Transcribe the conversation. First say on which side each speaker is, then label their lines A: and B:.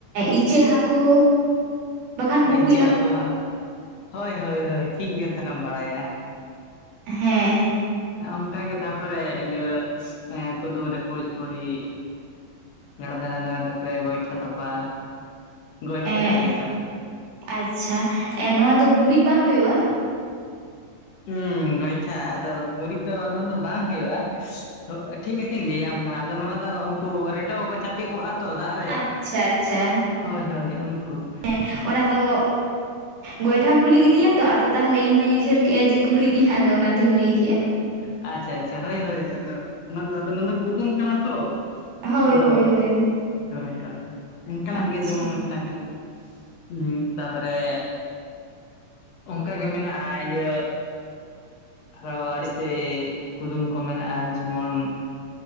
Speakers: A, on the right; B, on the left.
A: ᱤᱪᱟᱹᱜ ᱦᱟᱹᱠᱩ ᱵᱟᱠᱷᱟᱱ ᱵᱩᱸᱵᱩᱡ
B: ᱮ ᱤᱪᱟᱹᱜ ᱦᱟᱹᱠᱩ ᱵᱟ ᱦᱳᱭ ᱦᱳᱭ ᱴᱷᱤᱠ ᱜᱮ ᱛᱟᱦᱞᱮᱢ ᱵᱟᱲᱟᱭᱟ
A: ᱦᱮᱸ
B: ᱦᱮᱸ ᱚᱱᱠᱟ ᱜᱮ ᱛᱟᱨᱯᱚᱨᱮ ᱤᱭᱟᱹ ᱠᱩᱫᱩᱢ ᱨᱮ ᱠᱩᱲᱤᱫ ᱠᱩᱲᱤᱫ ᱮ ᱜᱟᱰᱟ ᱫᱷᱟᱨᱮ ᱫᱷᱟᱨᱮ ᱛᱮ ᱜᱚᱭᱴᱷᱟ ᱛᱚᱯᱟ ᱜᱚᱭᱴᱷᱟ
A: ᱮᱸ
B: ᱪᱟᱯᱮ ᱡᱟᱦᱟ
A: ᱟᱪᱪᱷᱟ ᱱᱚᱣᱟ ᱫᱚ ᱜᱩᱨᱤᱡ ᱵᱟᱝ ᱦᱩᱭᱩᱜᱼᱟ
B: ᱩᱸ ᱜᱚᱭᱴᱷᱟ ᱟᱫᱚ ᱜᱩᱨᱤᱡ ᱫᱚ ᱚᱱᱟ ᱫᱚ ᱵᱟᱝ ᱦᱩᱭᱩᱜᱼᱟ ᱴᱷᱤᱠ ᱟᱪᱷᱮᱧ ᱞᱟᱹᱭᱟ ᱟᱫᱚ ᱱᱚᱣᱟ ᱫᱚ ᱩᱱᱠᱩ ᱨᱮᱴᱚ ᱠᱚ ᱪᱟᱯᱮ ᱠᱚᱜᱼᱟ ᱛᱚ ᱫᱟᱜ ᱨᱮ
A: ᱟᱪᱪᱷᱟ ᱟᱪᱪᱷᱟ
B: ᱦᱳᱭ ᱦᱳᱭ ᱩᱱᱠᱩ
A: ᱦᱮᱸ ᱚᱱᱟ ᱫᱚ ᱜᱚᱭᱴᱷᱟᱟᱢ ᱠᱩᱞᱤ ᱠᱤᱫᱤᱧᱟ ᱛᱚ ᱟᱫᱚ ᱛᱟᱦᱚᱞᱮ ᱤᱧ ᱢᱟᱧ ᱩᱭᱦᱟᱹᱨ ᱠᱮᱫ-ᱟ ᱡᱮ ᱜᱩᱨᱤᱡ ᱟᱫᱚ ᱚᱱᱟᱛᱤᱧ ᱞᱟᱹᱭ ᱠᱮᱫ-ᱟ
B: ᱟᱪᱪᱷᱟ ᱟᱪᱪᱷᱟ ᱦᱳᱭ ᱦᱳᱭ ᱟᱫᱚ ᱱᱚᱣᱟ ᱫᱚ ᱠᱩᱫᱩᱢ ᱠᱟᱱᱟ ᱛᱚ
A: ᱦᱳᱭ
B: ᱟᱫᱚ
A: ᱦᱳᱭ ᱦᱳᱭ
B: ᱦᱳᱭ ᱚᱱᱠᱟᱱᱟᱜ
A: ᱟᱪᱪᱷᱟ
B: ᱜᱮ ᱡᱮᱢᱚᱱ ᱢᱤᱫᱴᱟᱝ ᱜᱮ ᱩ ᱛᱟᱯᱚᱨᱮ ᱚᱱᱠᱟᱜᱮ ᱢᱮᱱᱟᱜᱼᱟ ᱤᱭᱟᱹ ᱟᱨᱚ ᱟ. ᱰᱤᱩᱥᱛᱟ. ᱭ ᱠᱩᱫᱩᱢ ᱠᱚ ᱢᱮᱱᱟᱜᱼᱟ ᱡᱮᱢᱚᱱ